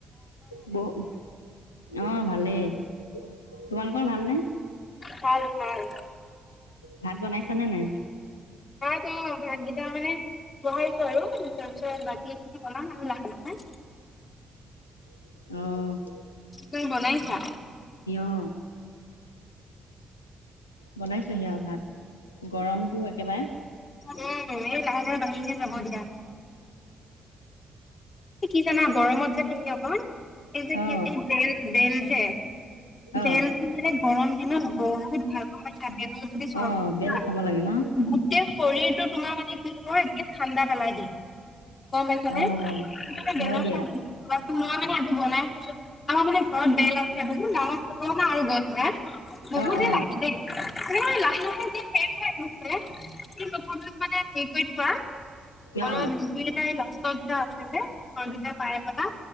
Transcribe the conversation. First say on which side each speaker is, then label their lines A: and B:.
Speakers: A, on the left; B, on the left.
A: বহ অঁ ভালেই তোমালোকৰ ভালনে
B: ভাল ভাল
A: ভাত বনাইছানে নাই
B: অঁ ভাতকেইটা মানে বহাইছো আৰু তাৰ পিছত বাকী এইখিনি বনাাম আৰু লাহে লাহে
A: অঁ
B: তুমি বনাইছা
A: অ বনাইছো সি য়া ভাত গৰমটো একেবাৰে
B: উম এই লাহে লাহে বাঢ়ি ঠিক আছে হ'ব দিয়া কি জানা গৰমত যে তুমি অকণ এই
A: অ
B: যে এই বেল বেল যে বেলটো
A: অ
B: মানে গৰম দিনত বহুত ভালকৈ চেপি মেলি যদি চৰ্বত
A: অ
B: খোৱা
A: বেল খাব লাগে ন
B: গোটেই শৰীৰটোত। তোমাৰ মানে কি কয় এনেকে ঠাণ্ডা পেলাই দিব। গম পাইছানে?
A: অ
B: বেলেগ
A: হয় দিয়া
B: হয়। মই মানে আজি বনাই আমাৰ মানে ঘৰত বেল আছে বোলো গাঙৰ কে নাই এ গছ বেল বহুতে
A: অ অ
B: লাগে দেই লাহে লাহে এতিয়া শেষ হৈ গৈছে কি কবি মানে হেৰি কৰি থোৱা অলপ
A: অ
B: নিব পাৰিবা। <unintelligible> যে কি পায় লবা